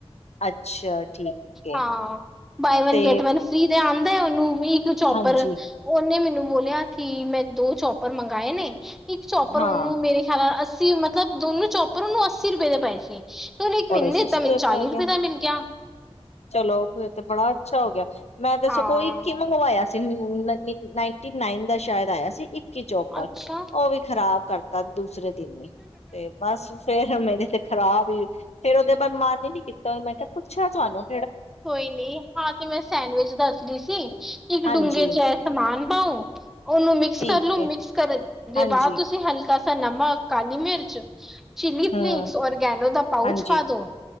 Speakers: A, on the left (about 85°); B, in the centre.
A: ਅੱਛਾ। ਠੀਕ ਏ।
B: ਹਾਂ ਬਾਈ ਵਨ
A: ਤੇ
B: ਗਟ ਵਨ ਫ੍ਰੀ ਤੇ ਆਂਦੇ ਉਹਨੂੰ ਇੱਕ ਚੋਪਰ
A: ਹਾਂਜੀ,
B: ਉਨੇ ਮੈਨੂੰ ਬੋਲਿਆ ਕਿ ਮੈਂ ਦੋ ਚੌਪਰ ਮੰਗਵਾਏ ਨੇ ਇੱਕ ਚੋਪਰ
A: ਹਾਂ
B: ਉਹਨੂੰ ਮੇਰੇ ਖਿਆਲ ਨਾਂ ਅੱਸੀ ਮਤਲਬ ਦੋਨੋ ਚੌਪਰ ਉਹਨੂੰ ਅੱਸੀ ਰੁਪਏ ਦੇ ਪਏ ਸੀ ਤੇ ਉਨੇ ਇੱਕ ਮੈਨੂੰ
A: ਬੜੇ
B: ਦੇਤਾ
A: ਸਸਤੇ
B: ਮੈਨ ਚਾਲੀ
A: ਪੈ ਗਏ।
B: ਰੁਪਏ ਦਾ ਮਿਲ ਗਿਆ
A: ਚਲੋ ਤੇ ਬੜਾ ਅੱਛਾ ਹੋ ਗਿਆ ਮੈਂ ਤਾਂ
B: ਹਾਂ
A: ਸਗੋਂ ਕੋਈ ਇੱਕ ਈ ਮੰਗਵਾਇਆ ਸੀ। ਨਂ ਨੰਨ੍ਹੀ ਨਾਈਨ ਟੀ ਨਾਈਨ ਦਾ ਸ਼ਾਇਦ ਆਇਆ ਸੀ। ਇੱਕੀ ਚੌਪੜ
B: ਅੱਛਾ
A: ਉਹ ਵੀ ਖ਼ਰਾਬ ਕਰ ਦੂਸਰੇ ਤੇ ਬਸ ਫੇਰ ਮੇਰੀ ਤੇ ਖ਼ਰਾਬ ਈ ਫੇਰ ਉਹਦੇ ਬਦ ਮਨ ਈ ਨੀ ਕੀਤਾ ਮੈਂ ਕਿਹਾ ਪੁੱਛਿਆ ਤੁਆਨੂੰ
B: ਕੋਈ ਨੀਂ ਹਾਂ ਤੇ ਮੈਂ ਸੈਂਡਵਿਚ ਦੱਸਦੀ ਸੀ, ਇੱਕ
A: ਹਾਂਜੀ
B: ਡੂੰਘੇ ਚ ਐ ਸਮਾਨ ਪਾਓ ਉਹਨੂੰ ਮਿਕਸ
A: ਠੀਕ
B: ਕਰ ਲੋ
A: ਏ,
B: ਮਿਕਸ ਕਰ ਦੇ
A: ਹਾਂਜੀ-ਹਾਂਜੀ,
B: ਬਾਅਦ ਤੁਸੀਂ ਹਲਕਾ ਸ ਨਮਕ, ਕਾਲੀ ਮਿਰਚ ਚੀਲੀ ਫਲੇਕਸ,
A: ਹੂੰ,
B: ਔਰਗੈਨੋ ਦਾ ਪਾਊਚ
A: ਹਾਂਜੀ।
B: ਪਾ ਦੋ